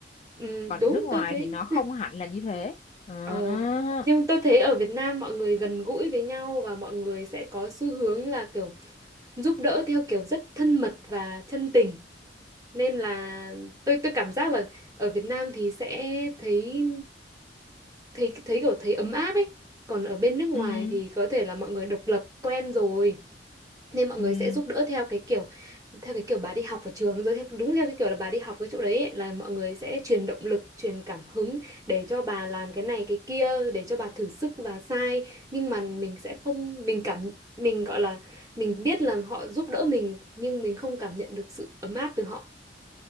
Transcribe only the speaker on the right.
ừ,
đúng
tôi thấy.
Ờ, nhưng tôi thấy ở Việt Nam mọi người gần gũi với nhau và mọi người sẽ có xu hướng là kiểu giúp đỡ theo kiểu rất thân mật và chân tình. nên là tôi tôi cảm giác là ở Việt Nam thì sẽ thấy thấy thấy kiểu thấy ấm áp ấy còn ở bên nước ngoài
thì có thể là mọi người độc lập quen rồi nên mọi
người sẽ giúp đỡ theo cái kiểu theo cái kiểu bà đi học ở trường rồi theo, đúng theo cái kiểu là bà đi học cái chỗ đấy ấy, là mọi người sẽ truyền động lực truyền cảm hứng để cho bà làm cái này cái kia để cho bà thử sức và sai nhưng mà mình sẽ không mình cảm mình gọi là mình biết là họ giúp đỡ mình nhưng mình không cảm nhận được sự ấm áp từ họ